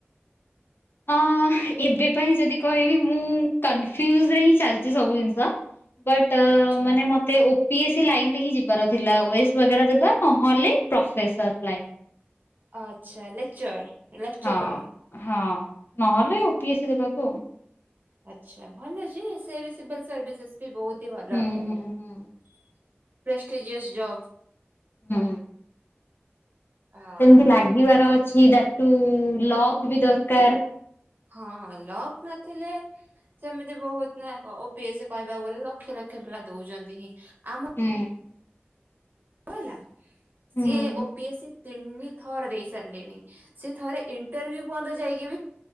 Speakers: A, on the left; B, on the right.
A: ହଁ ଏବେ ପାଇଁ ଯଦି କହିବି ମୁଁ କନଫୁଜ ରେ ହିଁ ଚାଲିଛି ସବୁ ଜିନିଷ। ବଟ
B: ଆଚ୍ଛା
A: ମାନେ ମ ତେ ଓପିଏସ୍ ଲାଇନ ରେ ହିଁ ଯିବାର ଥିଲା ଓସ୍ ବାଗେରା ଦେବା ନହେଲେ ପ୍ରଫେସର ଲାଇନ।
B: ଆଚ୍ଛା ଲେକ୍ଚର। ଲେକ୍ଚରର।
A: ହଁ ହଁ ନହେଲେ ଓପିଏସ୍ ଦେବାକୁ ଆଉ।
B: ଆଚ୍ଛା ଭଲଯେ ସେ ସିଭଲ୍ ସର୍ଭିସେସ୍ ବି ବହୁତି ଭଲ।
A: ହୁଁ
B: ପ୍ରେଷ୍ଟଟିଜିୟସ
A: ହୁଁ ହୁଁ
B: ଜବ୍।
A: ହୁଁ।
B: ହଁ
A: ସେମିତି ଲାଗିବାର ଅଛି ଦ୍ୟାଟ ଟୁ ଲକ୍ ବି ଦରକାର।
B: ହଁ ଲକ୍ ନଥିଲେ ସେମିତି ବହୁତ ନା ଓପିଏସ କହିବାକୁ ଗଲେ ଲକ୍ଷ ଲକ୍ଷ ପିଲା ଦଉଛନ୍ତି ହିଁ। ଆମ
A: ହୁଁ।
B: ହେଲା
A: ହୁଁ
B: ସିଏ ଓପିଏସ୍ ସି ତିନି ଥର ଦେଇ ସାରିଲେଣି। ସେ ଥରେ ଇଣ୍ଟରଭି୍ୟୁ ପର୍ଯ୍ୟନ୍ତ ଯାଇକି ବି